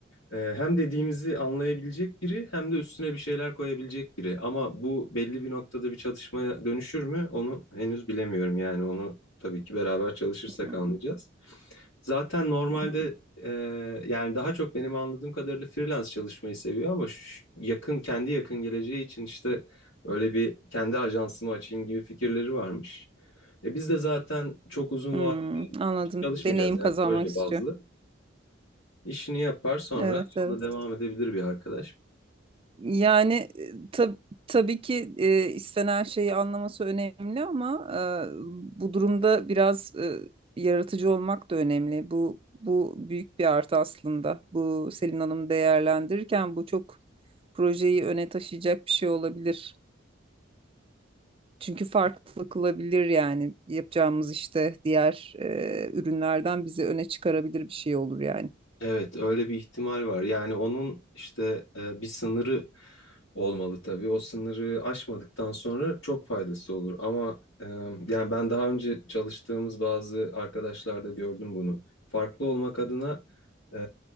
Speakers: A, on the left (about 75°); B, on the right (about 30°).
A: e, hem dediğimizi anlayabilecek biri hem de üstüne bir şeyler koyabilecek biri. Ama bu belli bir noktada bir çatışmaya dönüşür mü onu henüz bilemiyorum yani onu tabii ki beraber çalışırsak
B: Hı
A: anlayacağız. Zaten normalde
B: hı.
A: e, yani daha çok benim anladığım kadarıyla freelance çalışmayı seviyor ama şu- yakın kendi yakın geleceği için işte öyle bir kendi ajansımı açayım gibi fikirleri varmış. E biz de zaten çok uzun
B: Hmm, anladım.
A: Çalışmayacağız
B: Deneyim kazanmak
A: yani proje
B: istiyor.
A: bazlı. İşini yapar sonra
B: Evet, evet.
A: ona devam edebilir bir arkadaş.
B: Yani e, tab- tabii ki e, istenen şeyi anlaması önemli ama e, bu durumda biraz e, yaratıcı olmak da önemli. Bu bu büyük bir artı aslında. Bu Selin Hanım değerlendirirken bu çok projeyi öne taşıyacak bir şey olabilir. Çünkü farklı kılabilir yani yapacağımız işte diğer e, ürünlerden bizi öne çıkarabilir bir şey olur yani.
A: Evet, öyle bir ihtimal var. Yani onun işte e, bir sınırı olmalı tabii. O sınırı aşmadıktan sonra çok faydası olur. Ama e, yani ben daha önce çalıştığımız bazı arkadaşlarda gördüm bunu. Farklı olmak adına e,